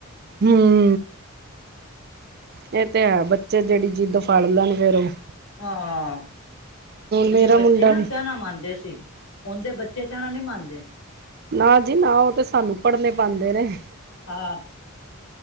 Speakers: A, on the right; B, on the left.
A: ਹੂੰ। ਏਹ ਤੇ ਏ ਬੱਚੇ ਜੇੜੀ ਜਿੱਦ ਫੜ ਲੈਣ ਫੇਰ ਓਹ।
B: ਹਾਂ, ਪੈਲੇ
A: ਮੇਰਾ
B: ਬੱਚੇ
A: ਮੁੰਡਾ
B: ਨਾ
A: ਵੀ
B: ਕੈਨਾ ਮੰਨਦੇ ਸੀ। ਹੁਣ ਦੇ ਬੱਚੇ ਕੈਨਾ ਨੀ ਮੰਨਦੇ।
A: ਨਾ ਜੀ ਨਾ ਓ ਤੇ ਸਾਨੂੰ ਪੜ੍ਹਨੇ ਪਾਂਦੇ ਨੇ।
B: ਹਾਂ